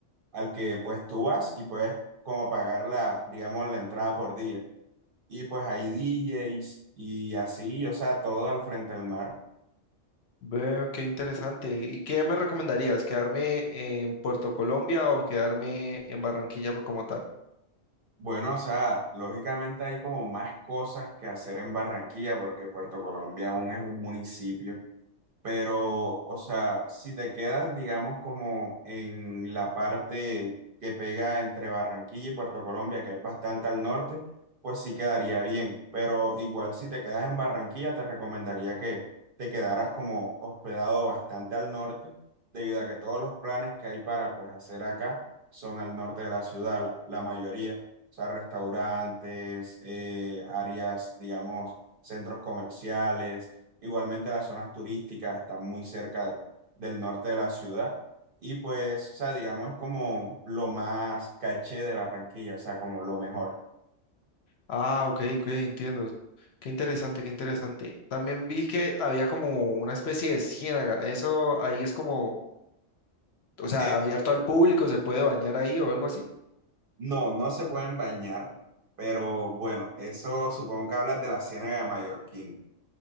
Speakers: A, on the right; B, on the left.
A: al que pues tú vas y puedes como pagar la, digamos, la entrada por día. Y pues hay DJs y así, o sea, todo al frente del mar.
B: veo, qué interesante. ¿Y qué me recomendarías? ¿Quedarme en Puerto Colombia o quedarme en Barranquilla por- como tal?
A: Bueno, o sea, lógicamente hay como más cosas que hacer en Barranquilla porque Puerto Colombia aún es un municipio Pero, o sea, si te quedas, digamos, como en la parte que pega entre Barranquilla y Puerto Colombia, que es bastante al norte, pues sí quedaría bien. Pero igual si te quedas en Barranquilla, te recomendaría que te quedaras como hospedado bastante al norte, debido a que todos los planes que hay para pues hacer acá son al norte de la ciudad, la, la mayoría. O sea, restaurantes, eh, áreas, digamos, centros comerciales Igualmente las zonas turísticas están muy cerca de- del norte de la ciudad y pues, o sea, digamos, es como lo más caché de Barranquilla, o sea, como lo mejor.
B: Ah, ok, ok, entiendo. Qué interesante, qué interesante. También vi que había como una especie de ciénaga. Eso ahí es como, o sea,
A: Eh,
B: abierto al público, se puede bañar ahí o algo así.
A: no, no se pueden bañar, pero bueno, eso supongo que hablas de la Ciénaga de Mallorquín.